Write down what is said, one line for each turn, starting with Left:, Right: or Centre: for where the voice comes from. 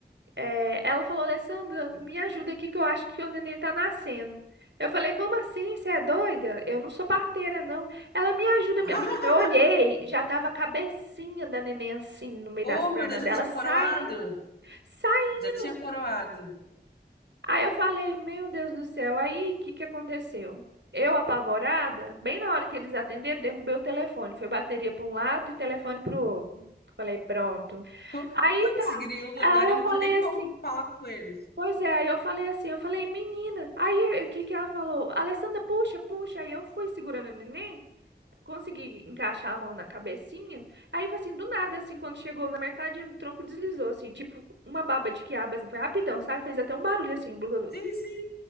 Right: é, ela falou, Alessandra, me ajuda aqui que eu acho que o neném tá nascendo. Eu falei, como assim? Você é doida? Eu não sou parteira, não. Ela me ajuda,
Left: <laughs>
Right: minha- menina. Eu olhei, já tava a cabecinha da neném assim, no meio
Left: Oh,
Right: das pernas
Left: meu Deus, já
Right: dela,
Left: tinha
Right: saindo,
Left: coroado.
Right: saindo.
Left: Já tinha coroado.
Right: Aí eu falei, meu Deus do céu, aí o que que aconteceu? Eu, apavorada, bem na hora que eles atenderam, derrubei o telefone. Foi bateria para um lado e telefone para o outro. Falei, pronto.
Left: <laughs> Pu-
Right: Aí
Left: Putz,
Right: tá.
Left: grilo, agora
Right: Aí eu
Left: eu não
Right: falei
Left: tinha nem como
Right: assim,
Left: falar com eles.
Right: pois é, aí eu falei assim, eu falei, menina. Aí o que que ela falou? Alessandra, puxa, puxa. Aí eu fui segurando o neném, consegui encaixar a mão na cabecinha. Aí foi assim, do nada, assim, quando chegou na metadinha do tronco, deslizou, assim, tipo uma baba de quiabo, assim, foi rapidão, sabe? Fez até um barulho assim, blu,
Left: Sim, sim,